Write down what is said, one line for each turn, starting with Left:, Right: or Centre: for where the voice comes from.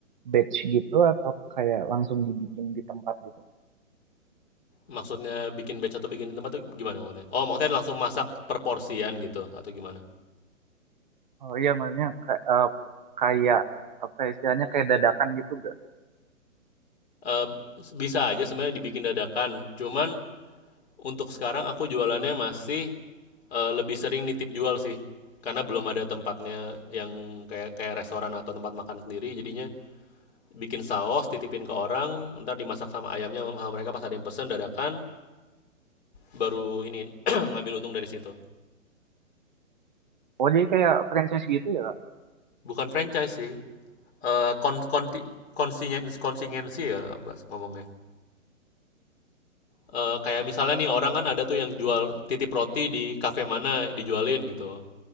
Right: batch gitu atau kayak langsung dibikin di tempat gitu?
Left: Maksudnya bikin batch atau bikin di tempat tuh gimana maksudnya? Oh, maksudnya langsung masak per porsian gitu atau gimana?
Right: Oh iya, maksudnya kayak, kayak apa ya, istilahnya kayak dadakan gitu gak?
Left: Eh, bisa aja sebenarnya dibikin dadakan. Cuman untuk sekarang aku jualannya masih eh, lebih sering nitip jual sih. Karena belum ada tempatnya yang kayak kayak restoran atau tempat makan sendiri, jadinya bikin saus, titipin ke orang, ntar dimasak sama ayamnya sama mereka pas ada yang pesen dadakan, baru ini <clears throat> <coughs> ngambil untung dari situ.
Right: Oh, jadi kayak franchise gitu ya, Kak?
Left: Bukan franchise sih, Eh kon konti- konsinyen- konsingensi ya Bas, ngomongnya. Eh, kayak misalnya nih
Right: Pen-
Left: orang kan ada tuh yang jual titip roti di kafe mana dijualin gitu.